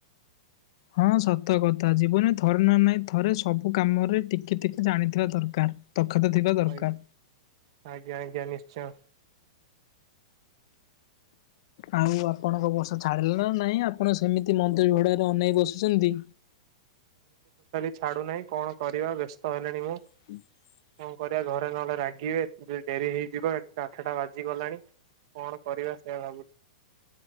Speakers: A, on the left; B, on the right.
A: ହଁ ସତ କଥା ଜୀବନରେ ଥରେ ନା ନାଇଁ ଥରେ ସବୁ କାମରେ ଟିକେ ଟିକେ ଜାଣିଥିବା ଦରକାର। ଦକ୍ଷତା ଥିବା ଦରକାର।
B: ଆଇ ଆଜ୍ଞା ଆଜ୍ଞା ନିଶ୍ଚୟ। <inaudible>
A: ଆଉ ଆପଣଙ୍କ ବର୍ଷ ଛାଡିଲେ ନା ନାଇଁ ଆପଣ ସେମିତି ମନ୍ଦିର ବେଢାରେ ଅନେଇ ବସିଛନ୍ତି।
B: ଛାଡୁ ନାହିଁ କଣ କରିବା ବ୍ୟସ୍ତ ହେଲେଣି ମୁଁ।
A: <unintelligible>
B: କଣ କରିବା ଘରେ ନହେଲେ ରାଗିବେ ଡେରି ହେଇଯିବ ଆଠଟା ବାଜିଗଲାଣି। କଣ କରିବା ସେଇୟା ଭାବୁଛି?